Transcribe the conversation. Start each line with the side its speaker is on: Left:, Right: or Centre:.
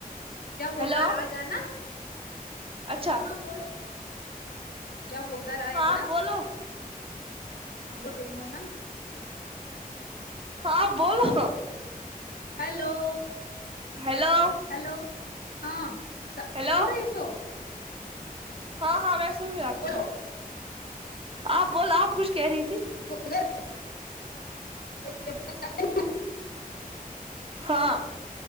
Left: کیا وہ
Right: ہیلو
Left: گھر آ گیا نا
Right: اچھا
Left: ہاں بولو جب گھر آئے
Right: ہاں
Left: گا نا
Right: بولو
Left: ہاں بول رہی ہوں نا
Right: ہاں بولو
Left: ہیلو
Right: ہیلو
Left: ہیلو ہاں
Right: ہیلو
Left: سن رہی ہو
Right: ہاں ہاں میں سن رہی ہوں آپ کی
Left: بولو
Right: بات آپ بولو آپ کچھ کہہ رہی تھی
Left: اگر <unintelligible>
Right: ہاں